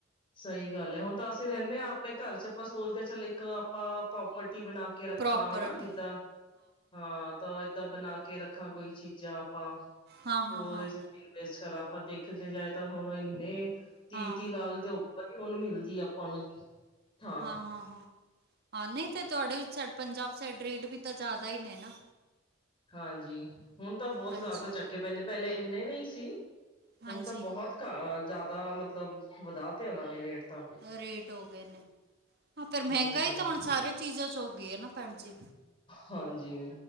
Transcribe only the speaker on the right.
ਪ੍ਰੋਪਰਟੀ
ਹਾਂ ਹਾਂ
ਹਾਂ
ਹਾਂ
ਹਾਂ-ਹਾਂ-ਹਾਂ। ਹਾਂ, ਨਹੀਂ ਤੇ ਤੁਹਾਡੇ ਊ ਸਾਈਡ, ਪੰਜਾਬ ਸਾਈਡ ਰੇਟ ਵੀ ਤਾਂ ਜ਼ਿਆਦਾ ਹੀ ਨੇ ਨਾ।
ਹਾਂਜੀ
ਹਾਂਜੀ
ਰੇਟ ਹੋ ਗਏ ਨੇ, ਹਾਂ ਫ਼ੇਰ ਮਹਿੰਗਾਈ
ਤਾਂ ਹੁਣ ਸਾਰੇ ਚੀਜ਼ਾਂ ਚ ਹੋ ਗਈ ਏ ਨਾ ਭੈਣ ਜੀ।